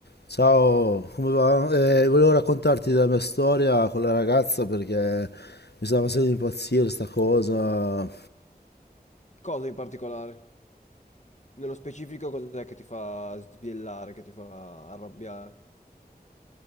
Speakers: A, on the left (about 85°); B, on the left (about 45°).
A: Ciao, come va? Eh, volevo raccontarti della mia storia con la ragazza perché mi stava facendo impazzire sta cosa,
B: Cosa in particolare? Nello specifico cos'è che ti fa sbiellare, che ti fa arrabbiare?